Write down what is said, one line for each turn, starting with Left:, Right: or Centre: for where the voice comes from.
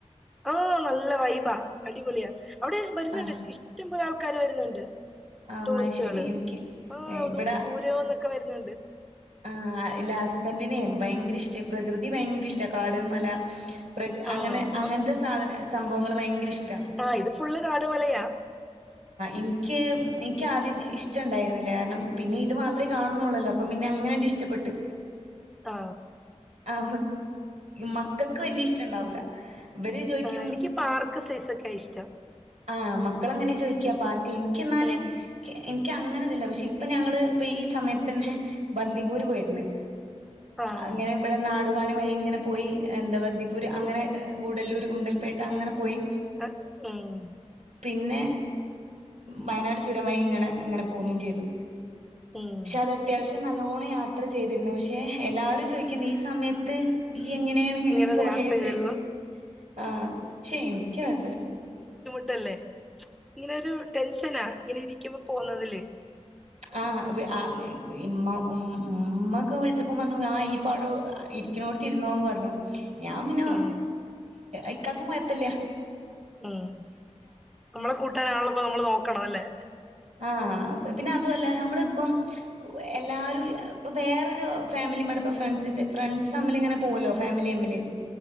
Centre: ഓ നല്ല വൈബാ അടിപൊളിയാ അവിടെ വരുന്നുണ്ട്
Right: ആഹ്
Centre: ഇഷ്ടം കുറേ ആൾക്കാാര് വരുന്നുണ്ട്
Right: ഓ
Centre: ടൂറിസ്റ്റുകള്
Right: അത് ശരി എനിക്ക്
Centre: അപ്പ
Right: ഇവിടെ
Centre: ദൂരംന്നൊക്കെ വരുന്നുണ്ട്
Right: ആഹ് എല്ല ഹസ്ബന്റിനെ യഭയങ്കര ഇഷ്ടാ പ്രകൃതി ഭയങ്കര ഇഷ്ടാ കാട് മല പ്രകൃ അങ്ങനെ
Centre: ആഹ്
Right: അങ്ങനത്തെ സാധന സംഭവങ്ങൾ ഭയങ്കര ഇഷ്
Centre: ആ ഇത് ഫുള്ള് കാടും മലയാ
Right: ഇൻക്ക് ഇൻക്ക് ആദ്യം ഇഷ്ടംണ്ടായിരുന്നില്ല കാരണം പിന്നെ ഇത് മാത്രേ കാണുന്നുള്ളല്ലോ അ പിന്നെ അങ്ങനെണ്ട് ഇഷ്ടപ്പെട്ട്
Centre: ആ
Right: ആ മക്കൾക്ക് വല്യ ഇഷ്ടണ്ടാവൂല ഇവര് ചോയ്ക്കും
Centre: ആ എനിക്ക് പാർക്ക് സൈസൊക്കെ ഇഷ്ടം
Right: ആ മക്കളങ്ങനെ ചോയ്ക്ക പാർ ഇൻക്ക്‌ന്നാല്
Centre: ഉം
Right: ഇൻക്ക്ങ്ങനെ കാണില്ല പക്ഷെ ഇപ്പൊ ഞങ്ങള് ഇപ്പ ഈ സമയത്തെന്നെ ബന്ദിപൂര് പോയിര്ന്ന്‌
Centre: ആഹ്
Right: അങ്ങനെ ഇവിടെ നാടുകാണി വഴി ങ്ങനെ പോയി എന്താ ബന്ദിപ്പൂര് അങ്ങനെ ഗൂഡല്ലൂർ ഗുണ്ടൽപേട്ട അങ്ങനെ പോയി
Centre: ആ മ്
Right: പിന്നെ വയനാട് ചുരംവഴിങ്ങനെ ഇങ്ങനെ പോന്നും ചെയ്തു
Centre: ഉം
Right: പക്ഷെ അത് അത്യാവശ്യം നല്ലോണം നല്ലോണം യാത്ര ചെയ്തിരുന്നു പക്ഷേ എല്ലാവരും ചോയ്ക്കീണ്ട് ഈ സമയത്ത് <inaudible> എങ്ങനെയാണ് ഇങ്ങനെ
Centre: ഇങ്ങനൊരു
Right: പോയെന്ന്
Centre: യാത്ര ചെയ്തല്ലോ
Right: ചോയ്ക്കും ആഹ ശെ ഇൻക്ക് കുഴപ്പല്ല്യ
Centre: ട്ടല്ലെ ഇങ്ങനെരു ടെൻഷനാ ഇങ്ങനെ ഇരിക്കുമ്പോ പോന്നതില്
Right: ആ ഉമ്മ ഉ ഉമ്മക്കെ വിളിച്ചപ്പോം വന്നു ആ ഇപൗടെ ഇരിക്ക്‌ണോട്ത്തി രുന്നോന്ന് പർഞ്ഞു ഞാൻ പിന്നെ
Centre: ഉം
Right: ഇക്കാക്കും കൊയ്പ്പല്ല്യ
Centre: ഉം നമ്മളെ കൂട്ടാനാണല്ലപ്പൊ നമ്മള് നോക്കണത് അല്ലേ
Right: ആ പിന്നെ അതുമല്ല നമ്മളിപ്പം എല്ലാവരും ഇപ്പ വേറൊരു ഫാമിലിടൊപ്പം ഫ്രണ്ട്സി്റെ ഫ്രണ്ട്സ് തമ്മിൽങ്ങനെ പോകല്ലോ ഫാമിലി തമ്മില്